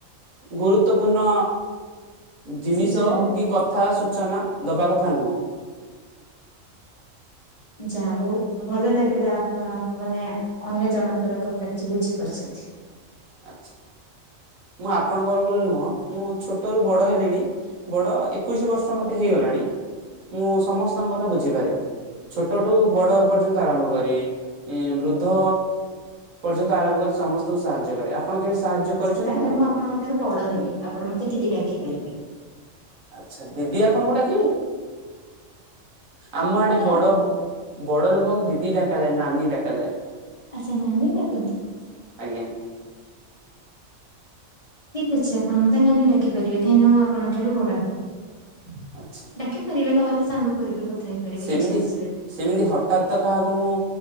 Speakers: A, on the right; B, on the left.
A: ଗୁରୁତ୍ବପୂର୍ଣ୍ଣ। ଜିନିଷ
B: ସୂଚନା ଦେବେ
A: କି କଥା ସୂଚନା ଦବା କଥା ନୁହଁ।
B: ଯାହା ହଉ ଭଲ ଲାଗିଲା ଆପଣ ମାନେ। ଅନ୍ୟ ଜଣଙ୍କର କଥା କିଛି ବୁଝିପାରୁଛନ୍ତି।
A: ଆଛା ମୁଁ ଆପଣଙ୍କର ବୋଲି ନୁହଁ ମୁଁ ଛୋଟରୁୁ ବଡ ହେଲିଣି। ବଡ ଏକୋଇଶି ବର୍ଷ ମତେ ହେଇଗଲାଣି। ମୁଁ ସମସ୍ତଙ୍କ କଥା ବୁଝିପାରେ ଛୋଟଠୁ ବଡ ପର୍ଯ୍ୟନ୍ତ ଆରମ୍ଭ କରି। ଇଁ ବୃଦ୍ଧ ପର୍ଯ୍ୟନ୍ତ ଆରମ୍ଭ କରି ସମସ୍ତଙ୍କୁ ସାହାଯ୍ୟ କରେ ଆପଣ କେବେ ସାହାଯ୍ୟ।
B: ଆଚ୍ଛା
A: କରିଛନ୍ତି
B: ତା ହେଲେ
A: କାହାକୁ?
B: ମୁଁ ଆପଣଙ୍କ ଠାରୁ ବଡ ହେବି ଆପଣ ମତେ ଦିଦି ଡାକି ପାରିବେ।
A: ଆଚ୍ଛା ଦିଦି ଆପଣଙ୍କୁ ଡାକିବି ଆମ ଆଡେ
B: ନାଇଁ
A: ବଡ। ବଡ ଲୋକଙ୍କୁ ଦିଦି ଡାକାଯାଏ ନି ନାନୀ ଡାକାଯାଏ।
B: ଆଚ୍ଛା ନାନି ଡାକନ୍ତି।
A: ଆଜ୍ଞା।
B: ଠିକ ଅଛି ଆପଣ ମତେ ନାନି ଡାକି ପାରିବେ କାହିଁକି ନା ମୁଁ ଆପଣଙ୍କ ଠାରୁ ବଡ ହେବି
A: ଆଚ୍ଛା
B: ଡାକି ପାରିବେ ନହେଲେ ସାଙ୍ଗ ପରି ବି କଥା ହେଇ ପାରିବେ
A: ସେମିତି
B: କିଛି ଅସୁବିଧା।
A: ସେମିତି ହଠାତ୍ ତ କାହାକୁ ମୁଁ